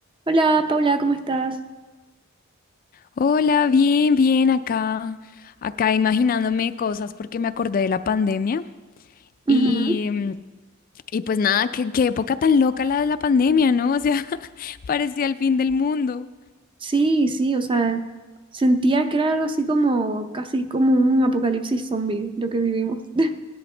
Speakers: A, on the right; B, on the left.
A: Hola, Paula, ¿cómo estás?
B: Hola, bien, bien, acá, acá imaginándome cosas porque me acordé de la pandemia y,
A: Ujú.
B: mm, y pues nada, qué, qué época tan loca la de la pandemia, ¿no? O sea, <laughs> parecía el fin del mundo.
A: Sí, sí, o sea, sentía que era algo así como, casi como un apocalipsis zombie lo que vivimos. <laughs>